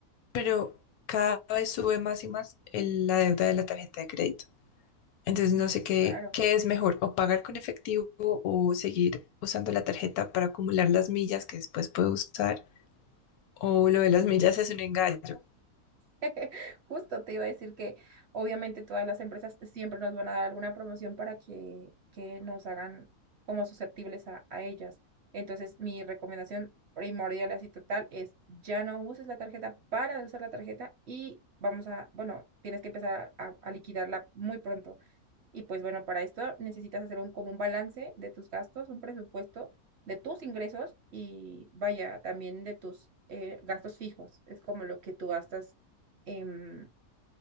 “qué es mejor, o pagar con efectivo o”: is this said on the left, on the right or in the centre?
Left